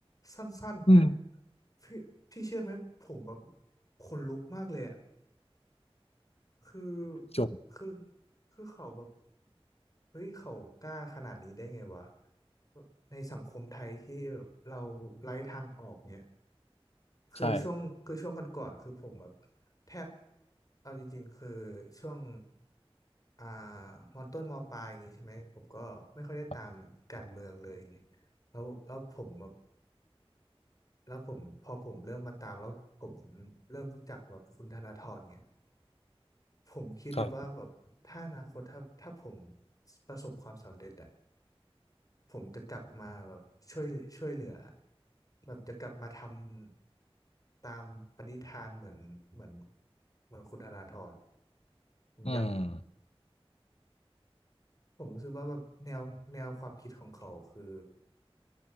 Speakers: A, on the left (about 35°); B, on the left (about 80°).
A: สั้นๆอย่างเงี้ย
B: อืม
A: พี่พี่เชื่อไหมผมแบบขนลุกมากเลยอ่ะคือ
B: จง
A: คือคือเขาแบบเฮ้ยเขากล้าขนาดนี้ได้ไงวะในสังคมไทยที่เราไร้ทางออกเนี่ย คือช่วงคือช่วงก่อนๆคือผมแบบ
B: ใช่
A: แทบเอาจริงๆคือช่วงอ่ามอต้นมอปลายอย่างงี้ใช่ไหมผมก็ไม่ค่อยได้ตามการเมืองเลยอย่างงี้
B: ครับ
A: แล้วแล้วผมแบบแล้วผมพอผมเริ่มมาตามแล้วผมเริ่มรู้จักแบบคุณธนาธรเนี่ยผมคิดเลยว่าแบบถ้าอนาคตถ้าถ้าผม
B: ครับ
A: ประสบความสำเร็จอะ ผมจะกลับมาแบบช่วยช่วยเหลือแบบจะกลับมาทำตามปณิธานเหมือนเหมือนเหมือนคุณธนาธรผมอยาก
B: อืม
A: ผมรู้สึกว่าแบบแนวแนวความคิดของเขาคือ